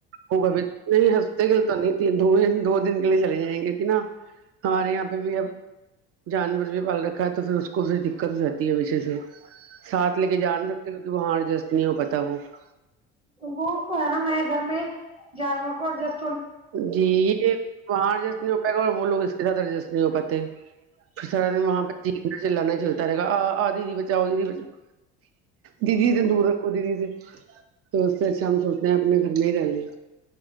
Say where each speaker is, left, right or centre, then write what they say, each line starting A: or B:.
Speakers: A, on the right; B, on the right.
A: ہوگا بھی نہیں ہفتے کے لیے تو نہیں ت دو دن کے لیے چلے جائیں گے کہ نا ہمارے یہاں پہ بھی اب جانور بھی پال رکھا ہے تو پھر اس کوھر دقت بھی ج وشے سے ساتھ لے کے جان سکتے کیونکہ وہاں ا جسٹ نہیں ہو پتا وہ <unintelligible>
B: وہ تو ہے نا میں گھر میں جانور کو اور جس
A: جی یہ وہاں اڈجسٹ نہیں ہو پائے گا اور وہ لوگ اس کے ساتھ ایڈجسٹ نہیں ہو پاتے پھر سارا دن وہاں پہ جیتنا چلانا نہیں چلتا رہے گا آ آ دی بچاؤ دیدی بچاؤ دیدی سے دور رکھو دیدی سے تو اس سے اچھا ہم سوچنا ہیں اپنے گھر میں ہی رہ لیں